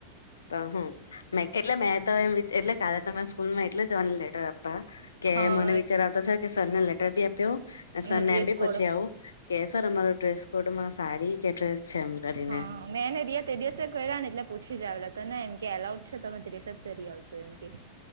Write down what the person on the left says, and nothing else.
તો હું એટલે મે તો એમ એટલે કાલે તો મેં સ્કૂલમાં એટલે જવાની લેટર આપવા. કે
મને વિચાર આવતો છે કે સરને લેટર બી આપી આવું, ને
સર
ને એમ બી
પૂછી આવું. કે સર અમારો ડ્રેસ કોડમાં સાડી કે ડ્રેસ છે એમ. કરીને